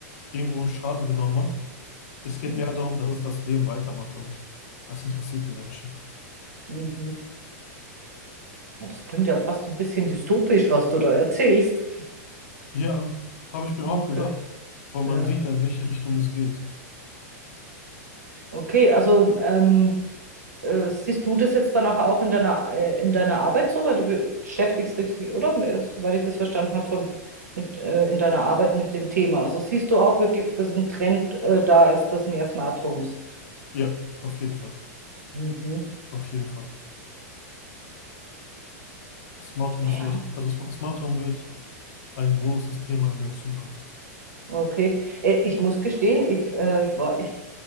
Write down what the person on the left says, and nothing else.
irgendwo einen Schaden genommen hat. Es geht
eher darum, dass es das Leben weitermacht und das interessiert die Menschen.
Ja, habe ich mir auch
gedacht, aber man
sieht ja, in welche Richtung es geht.
Ja, auf jeden Fall.
Auf jeden Fall. Smart Home
ist echt, also Sm- Smart Home wird ein großes Thema in der Zukunft.